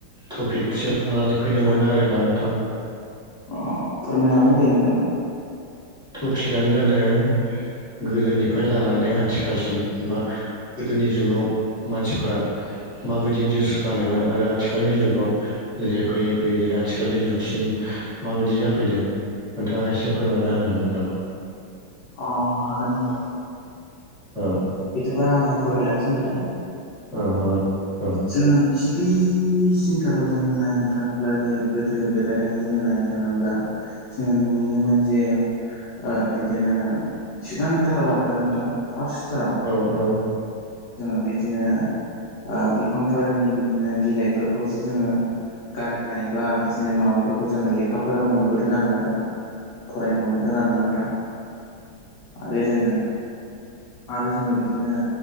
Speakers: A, in the centre; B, on the left.
A: टपिकसो लानानै फैदोंमोन आरोना नोंथां।
B: अ फोरमायनो हागोन दे नोंथां।
A: टपिकानो जादों गोदोनिफ्राय लानानै आथिखालसिम बा गोदोनि जुगाव मानसिफोरा माबायदि द्रेस गानोमोन आरो आथिखालनि जुगाव जे फैयै फैयै जे आथिखालनि जुग सिम माबायदि जाफैदों नोंथाङा एसे फोरमायना होनो हागोन नामा?
B: अ हागोन नोंथां।
A: औ
B: बिदिब्ला आङो फोरमायलांसै नोंथां।
A: औ हागोन औ
B: जोङो गिबि सिनथाराव जोङो नायनो थाङोब्ला जे गोदो गोदायहाय जोङो नायनो थाङोब्ला जोङो नुयोमोन जे ओ बिदिनो सिगांथाराव आरोना नोंथां फार्स्टथाराव।
A: औ
B: जोङो बिदिनो ओ बिफांफोरनि बिदिनो बिलाइफोरखौसो जोङो गाननाय बा बिदिनो माबाफोरखौ जोङो लेखाफोराव मोनबोदों आरोना नोंथां। फरायनो मोनबोदों आरोना नों‌थां। आरो जोङो आरो जोंओ बिदिनो